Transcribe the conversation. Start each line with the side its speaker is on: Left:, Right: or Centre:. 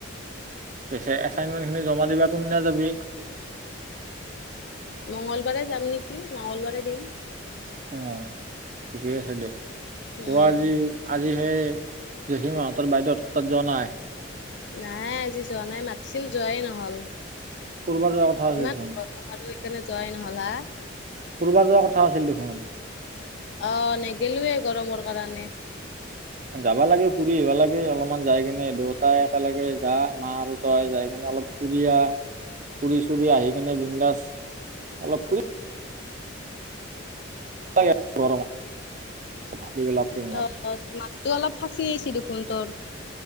Right: পিছে এচাইনমেন্ট খিনি জমা দিবা কোনদিনা যাবি
Left: মঙংগলবাৰে যাম নেকি মংগলবাৰে দিম
Right: অ ঠিকেই আছে দে পুৱা
Left: উম
Right: আজি আজি সেই জেচীমাহঁতৰ বাইদেউত তাত যোৱা নাই
Left: নাই আজি যোৱা নাই মাতিছিল যোৱাই নহল
Right: কব যোৱা কথা আছিল
Left: ইমান
Right: চোন
Left: গৰম আৰু যোৱাই নহ'ল হা।
Right: কৰ'বাত যোৱা কথা আছিল দেখোন।
Left: অ, নেগেলেয়েই গৰমৰ কাৰণে।
Right: যাবা লাগে ফুৰি আহিবা লাগে অলপমান যাই কিনে দেউতাই একেলগে যা মা আৰু তই যাই কিনে অলপ ফুৰি আহ। ফুৰি চুৰি আহি কেনে বিন্দাস অলপ ফুৰি <inaudible> টিঙত
Left: অ', মাতটো অলপ ফাঁচি আহিছে দেখোন তোৰ।